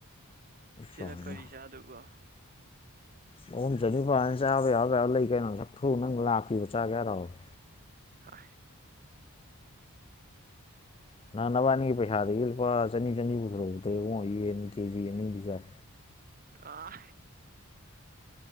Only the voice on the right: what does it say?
ꯁꯤꯅ
ꯀꯔꯤ ꯆꯗꯣꯏꯕ
ꯍꯥꯏ
ꯑ